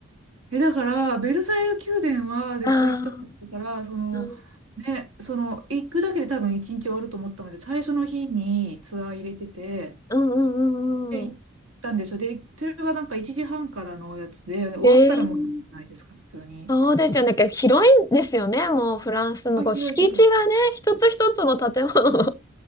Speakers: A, on the right; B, on the left.
A: え、だから、ベルサイユ宮殿は絶対行きたかったから、
B: ああ
A: その、
B: ーうん、
A: ね、その、行くだけで多分1日終わると思ったので、最初の日にツアー入れてて、
B: うんうんうんうん。
A: で、行ったんでしょ。で、それがなんか1時半からのやつで、終わったらもうじゃないですか、
B: ええ
A: 普通に。
B: そうですよね。結構広いんですよね。もうフランスのこう敷地がね、
A: あ、広い広い。
B: 一つ一つの建物を